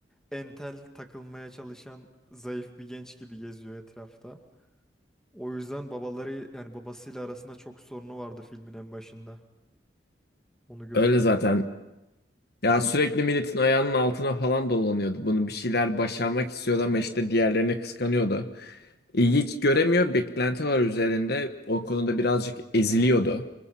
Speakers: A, in the centre; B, on the left.
A: entel takılmaya çalışan zayıf bir genç gibi geziyor etrafta. O yüzden babaları yani babasıyla arasında çok sorunu vardı filmin en başında. Onu görüyorduk.
B: Öyle zaten. Ya sürekli milletin ayağının altına falan dolanıyordu. Bunu bir şeyler başarmak istiyordu ama işte diğerlerine kıskanıyordu. İlgi hiç göremiyor, beklenti var üzerinde. O konuda birazcık eziliyordu